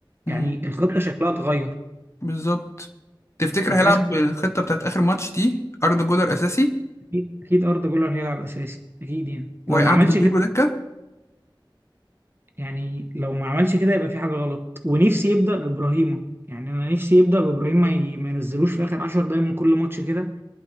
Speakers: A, on the left; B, on the right.
A: مم،
B: يعني الخطة شكلها اتغير
A: بالظبط تفتكر
B: فحاسس
A: هيلعب بالخطه بتاعت اخر ماتش دي اردا جولر اساسي
B: اكيد أكيد اردا جولر هيلعب اساسي اكيد يعني
A: وهيقعد
B: لو ما عملش
A: رودريجو
B: كده
A: دكه
B: يعني لو ما عملش كده يبقى في حاجة غلط ونفسي يبدأ بإبراهيمة يعني أنا نفسي يبدأ بإبراهيم ما ي- ما ينزلوش في آخر 10 دقايق من كل ماتش كده